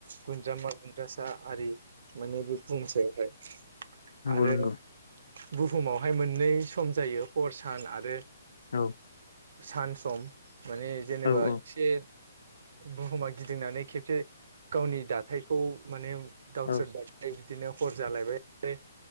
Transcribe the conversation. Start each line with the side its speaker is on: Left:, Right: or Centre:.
Right: गुन्द्रामा गुन्द्रासा आरि माने बे बुहुम सायावहाय
Left: नंगौ
Right: आरो
Left: नंगौ।
Right: बुहुमावहाय मोननै सम जायो हर सान आरो
Left: औ
Right: सान सम माने जेनेबा
Left: औ
Right: एसे बुहुमा गिदिंनानै खेबसे गावनि दाथायखौ माने दावथ्रोन
Left: औ
Right: बाय <unintelligible> बिदिनो हर जालायबाय